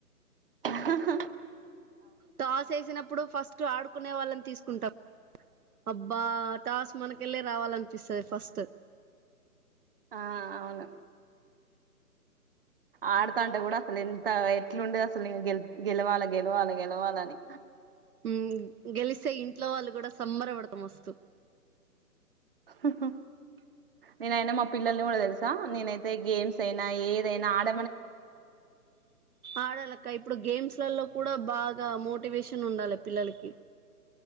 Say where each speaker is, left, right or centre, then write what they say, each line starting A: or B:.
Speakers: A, on the right; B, on the right.
A: హహ
B: టాస్ ఎసినప్పుడు ఫస్ట్ ఆడ్కునే వాళ్ళని తీస్కుంటాం అబ్బా టాస్ మనకెళ్ళే రావాలంపిస్తది ఫస్ట్
A: ఆ అవును ఆడ్తాంటే కూడ అసలేంత ఎట్లుండేదాసల్ నేన్ గెలవలే గేలేవలే అని
B: ఊమ్ గెలిస్తే ఇంట్లో వాళ్ళు కూడా సంబర పడ్తా మస్తు
A: హహ నేనైనా మా పిల్లల్ని కూడా తెల్సా నేనైతే గేమ్స్ అయినా ఏదైనా ఆడ
B: ఆడలక్క ఇప్పుడు గేమ్స్ లలో కూడా బాగా మోటివేషన్ ఉండాలె పిల్లలకి